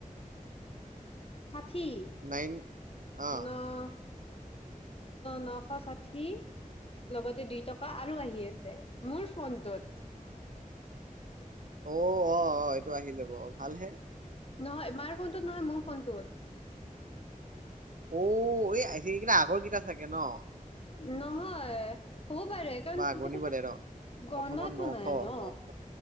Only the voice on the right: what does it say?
নাইন অ
অ-অ-অ এইটো আহি যাব ভালহে।
অ' এই সেইকেইটা আগৰ চাগে ন।
বা
গণিব দে ৰ
প্ৰথমত নশ
নশ